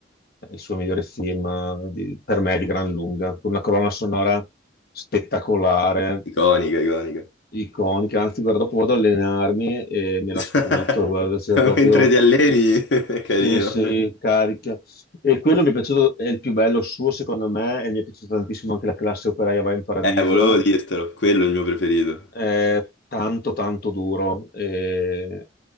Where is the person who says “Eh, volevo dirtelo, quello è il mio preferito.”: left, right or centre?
Left